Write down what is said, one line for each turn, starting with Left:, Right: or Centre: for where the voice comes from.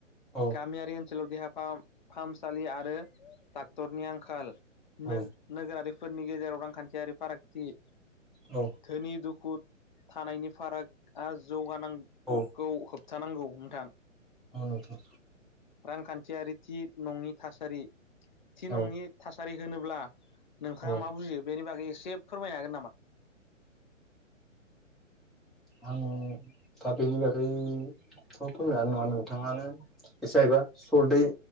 Centre: औ
Left: गामियारि ओनसोलाव देहा फाहामसालि आरो डक्टरनि आंखाल
Centre: औ
Left: नोगोरारि फोरनि गेजेराव रांखान्थियारि फारागथि
Centre: औ
Left: धोनि दुखु थानायनि फारागआ जौगानांगौ,
Centre: औ
Left: होबथानांगौ नोंथां।
Centre: औ नोंथां
Left: रांखान्थियारि थि नंनि थासारि। थि
Centre: औ
Left: नङि थासारि होनोब्ला नोंथाङा
Centre: औ
Left: मा बुजियो बेनि बागै एसे से फोरमायनो हागोन नामा?
Centre: आं दा बेनि बागै थ' फोरमायनो हानाय नङा नोंथाङानो एसे आइबा सरदै-